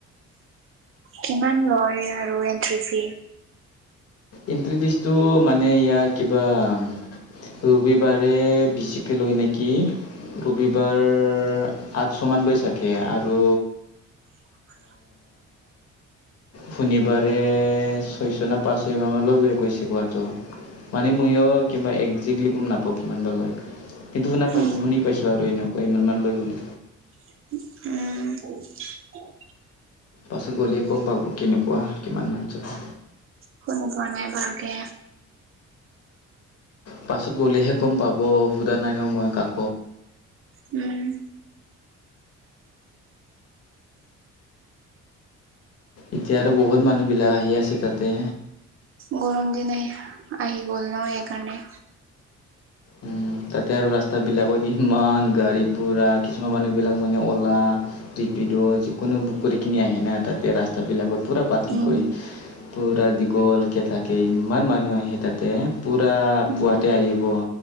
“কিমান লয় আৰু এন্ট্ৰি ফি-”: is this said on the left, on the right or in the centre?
Right